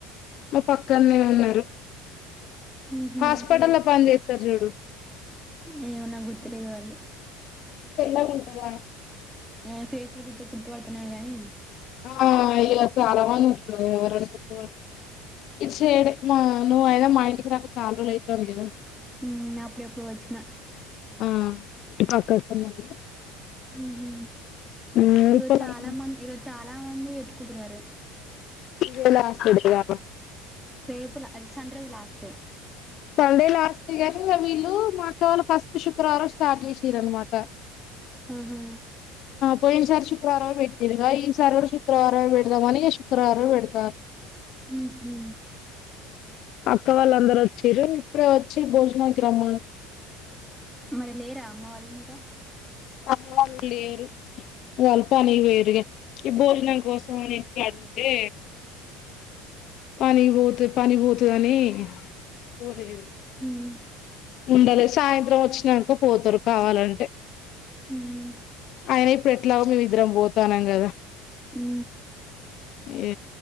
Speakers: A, on the left (about 50°); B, in the centre.
A: మా పక్కన్నే ఉన్నారు
B: ఉహు
A: హాస్పిటల్ ల పని చే త్తరు జూడు
B: ఏమో నాకు గుర్తులేదు వాళ్ళు
A: తెల్లగుంటదాయే
B: ఏ ఫేస్ ల చూత్తే గుర్తుపడుతానేమో గానీ
A: ఆ ఇలా చాలా మంది ఉంటరు కదా ఎవరని గుర్తు పడతా ఇటు సైడ్ మా నువ్వు అయినా మా ఇంటికి రాక చాలా రోజు అతంది కదా
B: ఉం అప్పుడు ఎప్పుడో వచ్చిన
A: ఆ పక్కకున్నది
B: ఉహు
A: ఉప్పలమ్మ
B: ఈరోజు చాలా మంది ఈరోజు చాలా మంది పెట్కుంటున్నరు
A: ఇదే లాస్ట్ ఇదిగా
B: రేపు లా సండే రోజు లాస్ట్
A: సండే లాస్ట్ గా ంగా వీళ్ళు మాక్క వాళ్ళ ఫస్ట్ శుక్రవారం స్టార్ట్ చేసిరనమాట
B: ఆహా
A: పోయిన సారి శుక్రారం పెట్టిర్గా ఈ సారి గూడా శుక్ క్రారమే పెడుదామని శు క్రరం పెడుతరు
B: ఉహు
A: అక్క వాళ్ళందరు వచ్చారు ఇప్పుడే వచ్చి భోజనానికి రమ
B: మరి లేరా అమ్మ వాళ్ళకి ఇనుకా
A: అమ్మ వాలేేరు వాళ్ళు పనికి పోయిరు ఇగ ఈ భోజనం కోసం ని ఇంటి అత్తే పని కి బోతే పని బోతదని పోలేదు
B: ఉం
A: ఉండాలే సాయంత్రం వచ్చినంక పోతారు కావాలంటే
B: ఉమ్
A: ఆయన ఇప్పుడు ఎట్లాగొ మీమీ ఇద్దరం పోతన్నాం కదా
B: ఉ
A: ఏ